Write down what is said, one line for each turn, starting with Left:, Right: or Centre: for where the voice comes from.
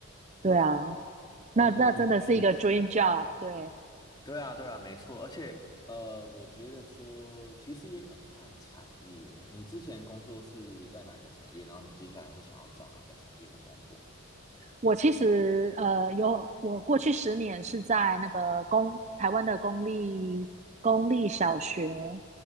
Right: 对啊。那那真的是一个
Left: 嗯，确实，
Right: dream job。对，
Left: 对啊，对啊，没错。而且，呃，我觉得说，其实也很看产业。你之前工作是在哪个产业？然后你接下来会想要找哪个产业的工作呢？
Right: 我其实呃有，我过去十年是在那个公台湾的公立公立小学，